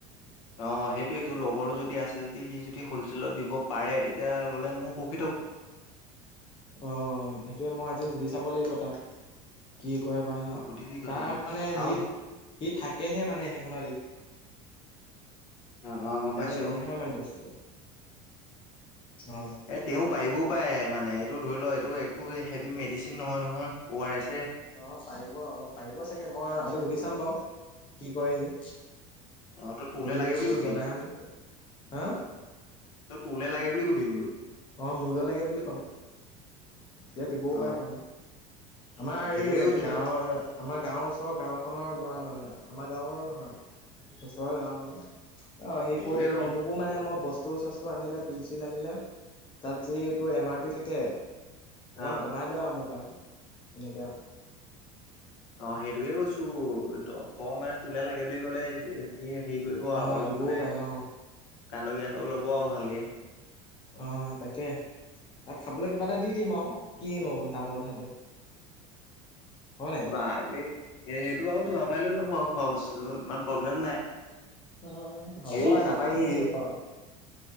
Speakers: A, on the left; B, on the left.
A: অ, সেইটোয়েটো লগৰটো যদি আছে যদি সি যদি হ'লচেলত দিব পাৰে তেতিয়া ৰ'লে মো <unintelligible>
B: অ, সেইটোয়ে মই আজি সুধি চাব লাগিব তাক। কি কৰে বা সি
A: সুধিবি কথাটো
B: তাৰ মানে
A: আৰু
B: সিত সি থাকেহে মানে সেইখনত
A: অ', অ', গম
B: তেতিয়া
A: পাইছো
B: হলে <unintelligible> মান বস্তুটো অ।
A: এ তেওঁ পাৰিবও পাৰে মানে এইটো ধৰি লও এইটো একো হেভি মেডিচিন নহয়-নহয় অ আৰ ৰেছে।
B: অ, পাৰিব অ, পাৰিব চাগে মই আজি সুধি চাম বাৰু কি কয় হি।
A: অ তই তোলে
B: সুধি
A: লাগে
B: মেলি
A: বুলি
B: তোক
A: কবি
B: জনাম হা
A: তু তোলে লাগে বুলি কবি বোলো।
B: অ, মোলৈ লাগে বুলি কম। এয়া দিবও
A: অ
B: পাৰে পালে আমাৰ
A: সেইটোয়ে
B: এই
A: কৈছো
B: গাঁৱৰ
A: ত
B: আমাৰ গাঁৱৰ ওচৰৰ গাঁওখনৰ ল'ৰা মানে আমাৰ গাঁৱৰ নহয় ওচৰৰ গাঁও মানে। অ,
A: সেইটোয়ে
B: সি কৈ
A: কৈছো
B: দিব মোকো মানে মই বস্তু- চস্তু আনিলে পিল -চিল আনিলে। তাত যি তোৰ এম আৰ পি থাকে অকমান
A: অ
B: কমাই লয় আৰু মোৰ পাৰ এনেকা
A: অ, সেইটোকে কৈছো ত' তই মানে তোলে লাগে বুলি ক'লে হে হেৰী ফুৰিব
B: অ
A: আৰু অলপ
B: দিবও
A: মানে
B: পাৰে অ
A: কান্দ জ্ঞানটো ল'ব আৰু ভালকে।
B: অ' তাকে তাক খাবলৈ কিবা এটা দি দিম আৰু কিনো ডাঙৰ কথাটো। হয়
A: বাৰু সেইটো আৰু তোমাৰ পাইয়ে লৈ লম আৰু খোৱা বস্তুটো ইমান প্ৰব্লেম নাই।
B: অ'
A: হেৰি
B: হ'ব
A: তাৰপা
B: সেইটো
A: এই
B: কি নু আও।